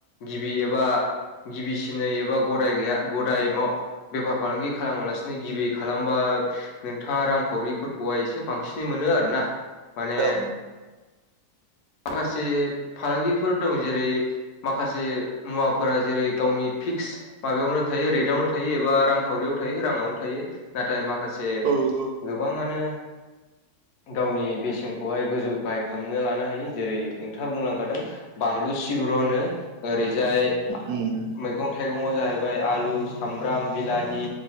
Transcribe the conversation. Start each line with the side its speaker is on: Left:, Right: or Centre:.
Left: गिबि एबा गिबिसिनै एबा गदाय गैया गदाय मा बेफार फालांगि खालामालासिनो गिबि खालामबा। नोंथाङा रांखावरिफोरखौहाय एसे बांसिनै मोनो आर ना माने
Right: औ
Left: माखासे फालांगिफोर दं जेरै माखासे मुवाफोरा जेरै गावनि फिक्स माबायावनो थायो रेदावनो थायो एबा रांखावरियाव थायो राङावनो। थायो नाथाय माखासे
Right: औ
Left: गोबाङानो गावनि बेसेनखौहाय गोजौ गाहाय खालामनो लानो हायो जेरै नोंथाङा बुंलांखादों। बानलु सिब्र'नो ओरैजाय
Right: औ
Left: मैगं। थाइगङाव जाहैबाय आलु सामब्राम बिलाहि